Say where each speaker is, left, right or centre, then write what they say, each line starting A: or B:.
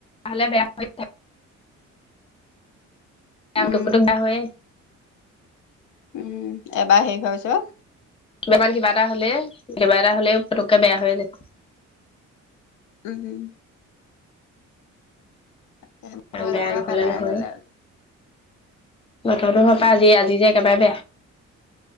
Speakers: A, on the left; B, on the left.
A: হলে বেয়া
B: উম
A: ক পুটুক দা হৈয়য়মহ
B: উম এবাৰ হেৰি হোৱাৰ পিছত
A: তমাৰ কিবা এটা হলে কেইবা এটা হ'লেও পুটোকে বেয়া হৈ যায়
B: উম উম বতৰ একেবাৰে
A: গান হলন
B: পেলাই
A: হয়
B: ললে আজি
A: বতটো
B: উম
A: ভাপা আজি আজি যে একেবাৰে বেয়া